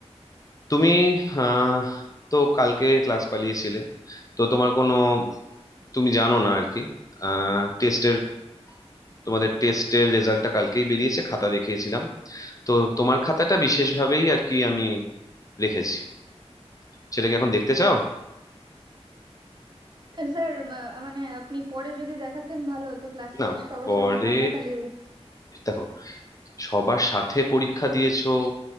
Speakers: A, on the left (about 30°); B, on the right (about 40°).
A: তুমি আহ তো কালকে ক্লাস পালিয়েছিলে তো তোমার কোনো তুমি জানো না আর কি আহ টেস্টের তোমাদের টেস্টের রেজাল্টটা কালকেই বেরিয়েছে খাতা দেখিয়েছিলাম তো তোমার খাতাটা বিশেষভাবেই আর কি আমি রেখেছি সেটাকে এখন দেখতে চাও
B: আহ, স্যার মা- মানে আপনি পরে যদি দেখাতেন ভালো হতো ক্লাসে
A: না
B: সবার
A: পরে
B: সামনে না দেখালে
A: দেখো সবার সাথে পরীক্ষা দিয়েছো